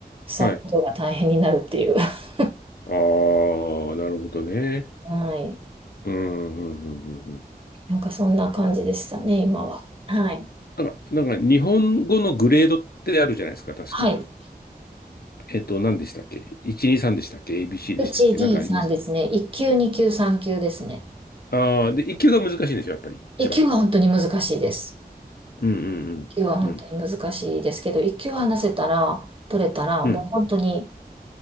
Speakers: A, on the right; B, on the left.
A: サポートが大変になるっていう。
B: はい。
A: <laughs>
B: ああ、なるほどね。
A: はい。
B: うん、うん、うん、うん。うん
A: なんかそんな感じでしたね、今は。はい。
B: なんか、なんか日本語のグレードってあるじゃないですか、確か。
A: はい。
B: えっと、何でしたっけ ?1、2、3でしたっけ ?ABC
A: D
B: でしたっけなんかあります
A: さんですね。1級、2級、3級ですね。
B: ああー、で、1級が難しいんですよ、やっぱり、
A: 一級は本当に難しいです。
B: 一番。うん、うん、
A: 一級は本当に難しいですけど、
B: うん、
A: 一級話せたら、取れたら、
B: うん、
A: もう本当に、
B: うん。